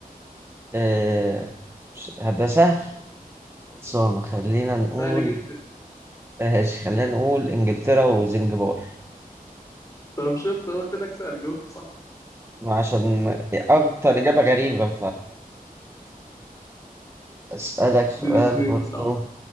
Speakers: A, on the right (about 15°); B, on the left (about 20°).
A: آه... ش- ده سهل خلصانة خلينا نقول
B: سهل جدا
A: آه، ماشي خلينا نقول انجلترا وزنجبار
B: طب شفت أنا قلت لك سهل جاوبت صح
A: عشان اكتر اجابة غريبة فاسألك <laughs>
B: دي
A: سؤال
B: الاتنين
A: برضو
B: صح